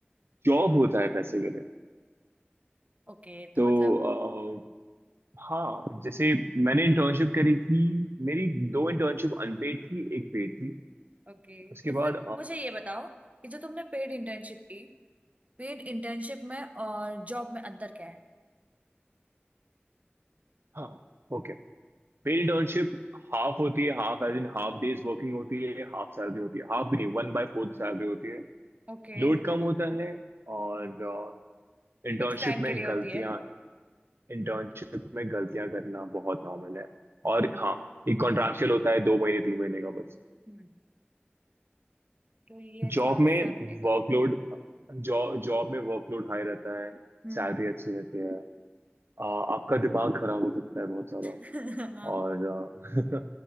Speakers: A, on the right; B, on the right.
A: जॉब होता है पैसे के लिए
B: ओके तो
A: तो
B: मतलब
A: अ, हाँ जैसे मैंने इंटर्नशिप करी थी मेरी दो इंटर्नशिप अनपेड थी एक पेड थी
B: ओके
A: उसके
B: तो फिर
A: बाद
B: मुझे ये बताओ कि जो तुमने पेड इंटर्नशिप की पेड इंटर्नशिप में और जॉब में अंतर क्या है
A: हाँ ओके पेड इंटर्नशिप हाफ होती है half as in half days working होती है हाफ सैलरी होती है हाफ भी नहीं वन बाय फोर्थ सैलरी होती है
B: ओके
A: लोड कम होता है और
B: हम्म।
A: इंटर्नशिप
B: फिक्स टाइम के
A: में
B: लिए होती
A: गलतियां
B: है
A: इंटर्नशिप में गलतियां करना बहुत नॉर्मल है और हाँ ये कॉन्ट्रैक्चुअल होता है दो महीने तीन महीने का बस
B: हम्म, तो ये
A: जॉब
B: थोड़ा
A: में
B: सा रहेगा
A: वर्कलोड जॉब जॉब में वर्कलोड हाई रहता है
B: हम्म
A: सैलरी अच्छी रहती है आ, आपका दिमाग खराब हो सकता है बहुत सारा
B: <laughs> हाँ
A: और आ,